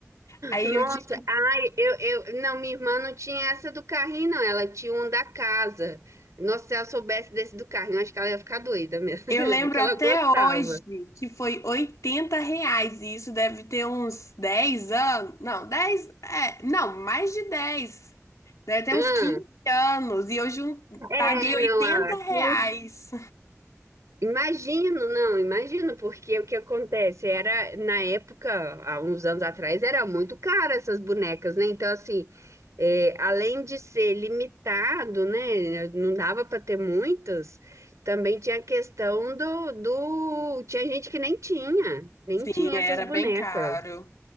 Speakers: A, on the left (about 85°); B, on the right (about 75°).
A: Aí
B: Nossa,
A: eu tive que...
B: ai, eu, eu, não, minha irmã não tinha essa do carrinho, não. Ela tinha um da casa. Nossa, se ela soubesse desse do carrinho, acho que ela ia ficar doida mesmo.
A: Eu
B: <laughs>
A: lembro
B: Que ela
A: até
B: gostava.
A: hoje que foi 80 reais, e isso deve ter uns 10 anos. Não, 10, é, não, mais de 10, Deve ter
B: Ah,
A: uns 15 anos, e eu jun...
B: é,
A: paguei 80
B: não, a- aqui
A: reais.
B: Imagino, não, imagino, porque o que acontece era, na época, há uns anos atrás, era muito caro essas bonecas, né? Então, assim, é, além de ser limitado, né? Não dava para ter muitas, também tinha a questão do, do. Tinha gente que nem tinha, nem
A: Sim,
B: tinha
A: era
B: essas bonecas.
A: bem caro.